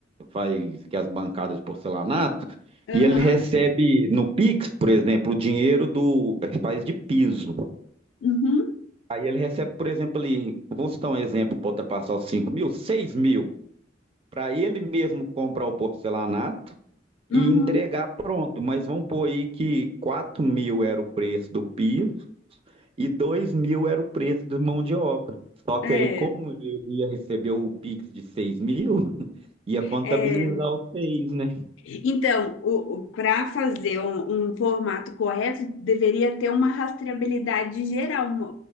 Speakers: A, on the right (about 30°); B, on the left (about 80°).
A: faz que as bancadas de porcelanato,
B: aham,
A: e ele recebe no Pix, por exemplo, o dinheiro do, ele faz de piso.
B: uhum,
A: Aí ele recebe, por exemplo, ali, vou citar um exemplo para ultrapassar os cinco mil, seis mil. Para ele mesmo comprar o porcelanato,
B: uhum,
A: e entregar pronto, mas vamos pôr aí que quatro mil era o preço do piso e dois mil era o preço de mão de obra. Só que
B: é,
A: aí, como ele ia receber o Pix de seis mil, <laughs> ia contabilizar
B: é.
A: os 6, né?
B: Então, para fazer um, um formato correto, deveria ter uma rastreabilidade geral, uma,